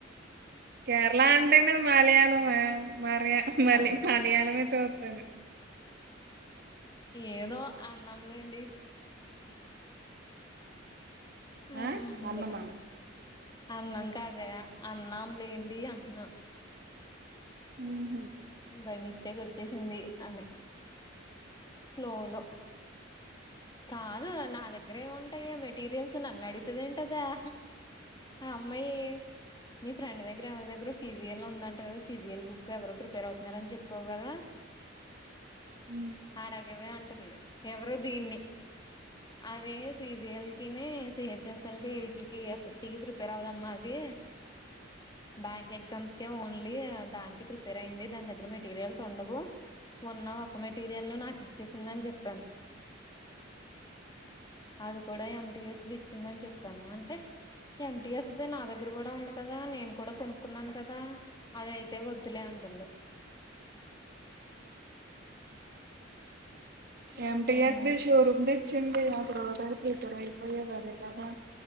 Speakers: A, on the right; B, on the left.
A: కేరళ అంటేనే మలయాళమే మలీ మళ్ళీ
B: కాదు
A: మలయాళమే చూస్తాను
B: ఏదో అన్నంలేండి అవును
A: ఆ అన్నమా
B: అన్నం కాదే అన్నాం లేండి. అంటున్న
A: ఉహ్
B: బై మిస్టేక్ వచ్చేసింది. అని ఫ్లోలో కాదు నా దగ్గరే ఏం ఉంటాయే మెటీరియల్స్ నన్ను అడుగుతుంది ఏంటి ఆది అమ్మాయి మీ ఫ్రెండ్ దగ్గర ఎవరి దగ్గరో సీజిఎల్ ఉంద అంట కాద సిజిఎల్ బుక్ ఎవరో ప్రిపేర్ అవుతున్నారని చెప్పావు కదా
A: హ్
B: ఆడ గివే ఉంటుంది. ఎవరు దీన్ని అదే సీజీ ఎల్కిని సి హెచ్ ఎస్ ఎల్కి వీటికి ఎస్ ఎస్సి కి ప్రిపేర్ అవుదమ్మా అది బ్యాంక్ ఎగ్జామ్స్ కే ఓన్లీ దానికే ప్రిపేర్ అయింది. దాని దగ్గర మేట్ మెటీరియల్స్ ఉండవు ఉన్న ఒక మెటీరియల్ నాకు ఇచ్చేసిందని చెప్పాను అది కూడా ఎంటిఎస్ ఇచ్చిందని చెప్పాను అంటే ఎమ్టి ఎస్ది నా దగ్గర కూడా ఉంది. కదా నేను కూడా కొనుక్కున్నాను కదా అదయితే వద్దులే అంటుంది.
A: ఏం
B: ఉమ్
A: టి ఎస్ ది శోరూమ్ ది చింది అప్పుడు ఒక పెపేశ్వర అయిపోయవు అదే కదా